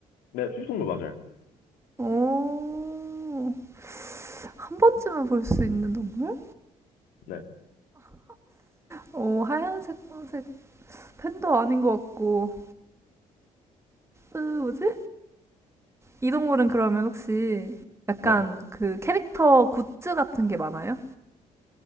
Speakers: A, on the left; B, on the right.
A: 네, 출석물 맞아요.
B: 어, 한 번쯤은 볼 수 있는 동물?
A: 네,
B: 어, 하얀색, 검색 팬도 아닌 것 같고. 으, 뭐지? 이동물은 그러면 혹시 약간
A: 네.
B: 그 캐릭터 굿즈 같은 게 많아요?